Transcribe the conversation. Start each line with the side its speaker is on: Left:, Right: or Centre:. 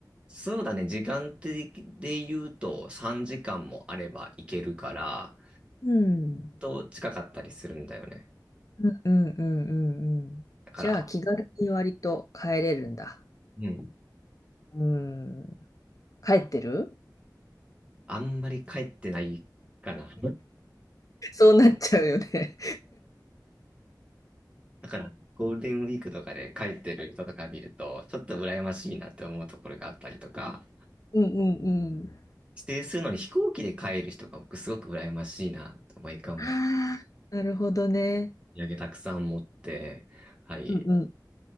Right: そうだね、時間的で言うと3時間もあれば行けるから、
Left: うん。
Right: と近かったりするんだよね。
Left: うんうんうんうんうんじゃあ気軽に割と帰れるんだ。
Right: だから、うん、
Left: うん。帰ってる
Right: あんまり帰ってないかな。
Left: <laughs> そうなっちゃうよね。
Right: だから、ゴールデンウィークとかで帰ってる人とか見ると、ちょっと羨ましいなって思うところがあったりとか、
Left: うんうんうん
Right: 指定するのに飛行機で帰る人が僕すごく羨ましいなと、毎回思って、
Left: ああ、なるほどね。
Right: お土産たくさん持って、はい。
Left: うん